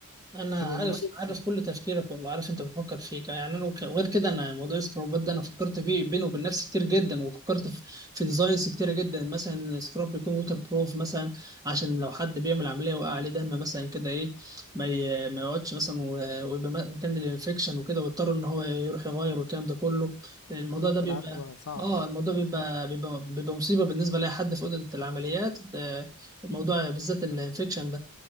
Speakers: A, on the right (about 15°); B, on the left (about 70°).
A: انا
B: هتبقى
A: عارف
B: مميز
A: عارف
B: فيه
A: كل تفكيرك والله عارف انت بتفكر فيه ك- يعني انا وك- وغير كده انا موضوع السكرابات ده انا فكرت فيه بيني وبين نفسي كتير جدا وفكرت في, في ديزاينز كتيره جدا مثلا سكراب بيكون ووتر بروف مثلا عشان لو حد بيعمل عمليه وقع عليه دم مثلا كده ايه ما ي- ما يقعدش مثلا و- ويبقى م- مكان للانفكشن وكده ويضطر ان هو يروح يغير والكلام ده كله الموضوع
B: بالظبط
A: ده بيبقى
B: العدوى صعبة
A: اه الموضوع بيبقى بيبقى, بيبقى مصيبه بالنسبه لاي حد في اوضه العمليات ده- الموضوع بالذات الانفكشن